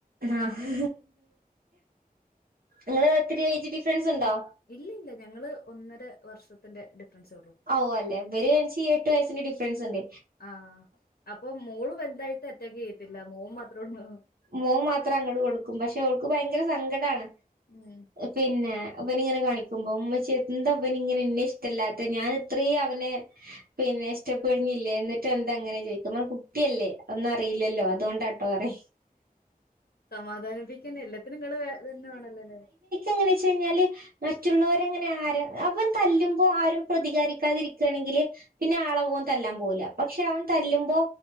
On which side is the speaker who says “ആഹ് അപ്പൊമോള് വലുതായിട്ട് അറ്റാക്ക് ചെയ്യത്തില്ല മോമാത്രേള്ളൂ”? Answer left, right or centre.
Left